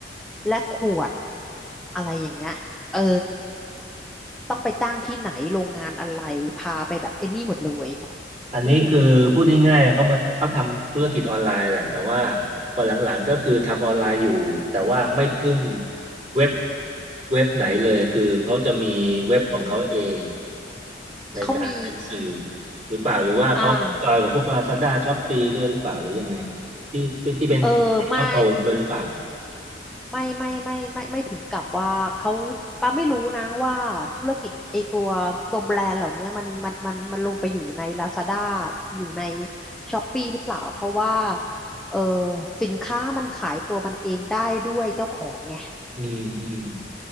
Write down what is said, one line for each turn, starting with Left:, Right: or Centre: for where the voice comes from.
Centre: และขวดอะไรอย่างเงี้ยเออต้องไปจ้างที่ไหนโรงงานอะไรพาไปแบบไอ้นี่หมดเลย
Right: อันนี้คือพูดง่ายๆเขามาเขาทำธุรกิจออนไลน์แหละแต่ว่า
Centre: อืม
Right: พอหลังๆก็คือทำออนไลน์อยู่แต่ว่าไม่พึ่งเว็บเว็บไหนเลยคือเขาจะมีเว็บของเขาเองในการเป็นสื่อ
Centre: เขามี
Right: หรือเปล่าหรือว่าเขาจอยกับพวก
Centre: อ่า
Right: Lazada Shopee ด้วยหรือเปล่าหรือยังไงที่ที่เป็นให้เขาโตด้วยหรือเปล่า
Centre: เออไม่ไม่ไม่ไม่ไม่ไม่ถึงกับว่าเขาปาไม่รู้นะว่าธุรกิจไอตัวตัวแบรนด์เหล่านี้มันมันมันมันลงไปอยู่ใน Lazada อยู่ใน Shopee หรือเปล่า เพราะว่าเออสินค้ามันขายตัวมันเองได้ด้วยเจ้าของไง
Right: อืมอืม